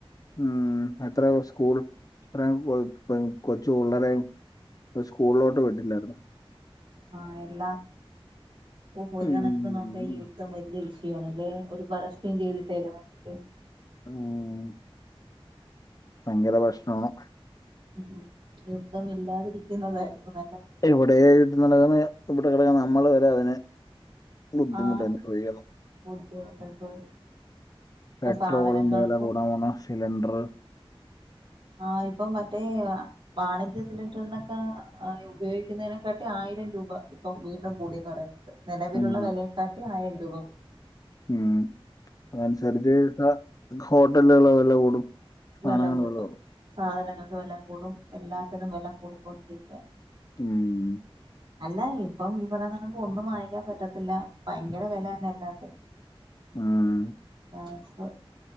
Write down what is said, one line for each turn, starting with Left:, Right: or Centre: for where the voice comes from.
Left: ഉം എത്രയോ സ്കൂൾ എത്രേം കൊ കൊച്ചു പിള്ളേരേം അത് സ്കൂള്ലോട്ട് വിട്ടില്ലായിരുന്നോ
Right: ആഹ് എല്ലാം പ്പോ ഒരു
Left: ഉം.
Right: കണക്കിന് നോക്കിയാ ഈഹ് യുദ്ധം വല്ല്യ വിഷയവാണ് ദേ ഒരു പരസ്യം ചെയ്തിട്ടേക്ക്ണ്
Left: ഉം ഭയങ്കര പ്രശ്നമാണ്
Right: ഉം യുദ്ധം ഇല്ലാതിരിക്കുന്നതായിരുന്നു നല്ലത്
Left: ഇപ്പ എവ്ടെ യുദ്ധം നടക്ക്ണ് ഇവടെളേ നമ്മള് വരെ അതിന് ബുദ്ധിമുട്ട്
Right: ആ
Left: അനുഭവിക്കുന്നു
Right: ബുദ്ധിമുട്ടൊക്കെ ഇപ്പൊ
Left: പെട്രോളിന്റെ
Right: സാധനങ്ങൾക്കും
Left: വെല കൂടാൻ പോണ് സിലിണ്ട്റ്
Right: ആഹ് ഇപ്പം മറ്റേ ആഹ് വാണിജ്യ സിലിണ്ടർനൊക്കെ ഉപയോഗിക്കുന്നതിനെക്കാട്ടി ആയിരം രൂപ ഇപ്പം വീണ്ടും കൂടിയെന്ന് പറയുന്നേട്ടു നെലവിലുള്ള
Left: ഉം
Right: വെലയേക്കാട്ടി ആയിരം രൂപ കൂ
Left: ഉം അതനുസരിച്ച് ട്ടാ ഹോട്ടൽകൾലെ വെല കൂടും സാധനങ്ങൾ
Right: വെല കൂട്ടും
Left: വില കൂടും
Right: സാധനങ്ങൾക്ക് വെല കൂടും എല്ലാത്തിനും വെല കൂടിക്കൊണ്ടിരിക്കയാ
Left: ഉം
Right: <inaudible> അല്ല ഇപ്പം ഈഹ് പറയുന്നേനൊക്കെ ഒന്നും വാങ്ങിക്കാൻ പറ്റത്തില്ല ഭയങ്കര വെലേന് എല്ലാത്തിനും
Left: ഉം
Right: അഹ്